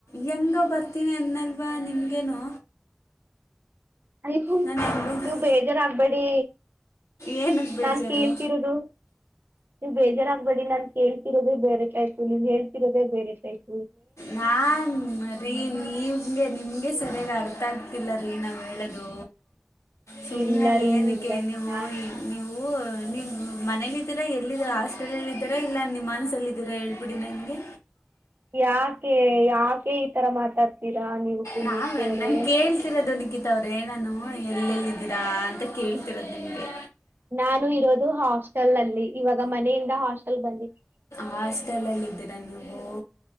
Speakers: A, on the left (about 80°); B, on the right (about 45°).
A: ಹೆಂಗೋ ಬರ್ತ ಬರ್ತೀನಿ ಅನ್ನೋಲ್ವಾ ನಿಮಗೇನು.
B: <unintelligible>
A: ನಾನು ಹೆಂಗೋ
B: ನೀವು ಬೇಜಾರ ಆಗ್ಬೇಡಿ.
A: ಏನಕ್ಕೆ ಬೇಜಾರು
B: ನಾನ್ ಕೇಳ್ತಿರೋದು. ನೀವು ಬೇಜಾರಾಗಬೇಡಿ ನಾನ್ ಕೇಳುತ್ತಿರುವುದು ಬೇರೆ ಟೈಪ್ ನೀವು ಹೇಳ್ತಿರೋದು ಬೇರೆ ಟೈಪ್.
A: ನಾನ ರೀ ನೀೂಸ್ಗೆ <unintelligible> ನಿಮಗೆ ಸರಿಯಾಗಿ ಅರ್ಥ ಆಗ್ತಿಲ್ಲ ರೀ ನಾವು ಹೇಳೋದು.. ಸುಮ್ನೆ
B: ಇಲ್ಲ ರೀ
A: ಏನಕ್ಕೆ
B: ಇಲ್ಲ
A: ನೀವು
B: ಇಲ್ಲ
A: ನೀವು. ನೀವು ಮನೇಲ್ಲಿದ್ದೀರಾ ಎಲ್ಲಿದ್ದೀರ ಹಾಸ್ಪಿಟಲ್ ಅಲ್ಲಿ ಇದ್ದೀರಾ ಇಲ್ಲ ನಿಮ್ಹಾನ್ಸ್ ಅಲ್ಲಿ ಇದ್ದೀರಾ ಹೇಳ್ಬಿಡಿ ನಂಗೆ.
B: ಯಾಕೆ ಯಾಕೆ ಈ ತರ ಮಾತಾಡ್ತೀರಾ ನೀವು. ಪುಣ್ಯಶ್ರೀ
A: ನಾವೆ
B: ಅವರೇ
A: ನಾನ್ ಕೇಳುತ್ತಿರುವುದು <unintelligible> ನಾನು ಎಲ್ಲೆಲ್ಲಿದ್ದೀರಾ ಅಂತ ಕೇಳ್ತಿರೋದು ನಿಮ್ಗೆ.
B: ನಾನು ಇರೋದು ಹಾಸ್ಟೆಲ್ ಅಲ್ಲಿ ಇವಾಗ ಮನೆಯಿಂದ ಹಾಸ್ಟೆಲ್ ಬಂದಿದ್ದೀನಿ.
A: ಹಾಸ್ಟೆಲಲ್ಲಿದ್ದೀರಾ ನೀವು.